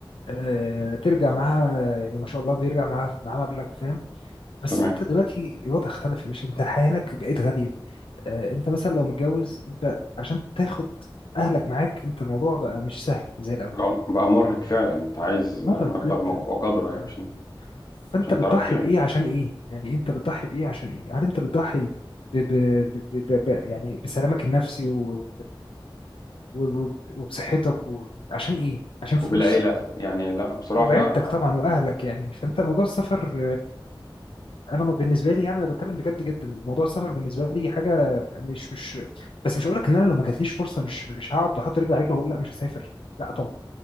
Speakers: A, on the left; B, on the left.
A: آه ترجع معاها يعني ما شاء الله بيرجع معاها معاها مبلغ فاهم بس
B: تمام
A: انت دلوقتي الوضع اختلف يا باشا انت الحياه هناك بقت غاليه آه، انت مثلا لو متجوز انت عشان تاخد اهلك معاك انت الموضوع بقى مش سهل زي الاول
B: بقى بقى مرهق فعلا انت عايز مبلغ
A: مرهق جدا
B: م- وقدره يعني
A: تمام؟
B: عشان
A: فانت
B: عشان
A: بتضحي
B: تعرف تعيش
A: بايه عشان ايه يعني انت بتضحي بايه عشان ايه هل انت بتضحي ب... ب... ب... ب... ب... ب- يعني بسلامك النفسي وب... وب... وبصحتك و... عشان ايه عشان فلوس
B: وبالعيله يعني لا بصراحه
A: وبعيلتك
B: لا
A: طبعا واهلك يعني فانت موضوع السفر انا م- بالنسبه لي يعني انا بتكلم بجد جدا موضوع السفر بالنسبه لي حاجه مش مش بس مش هقول لك ان انا لو ما جاتليش فرصه مش مش هقعد احط رجلي على رجلي واقول لا مش هسافر لا طبعا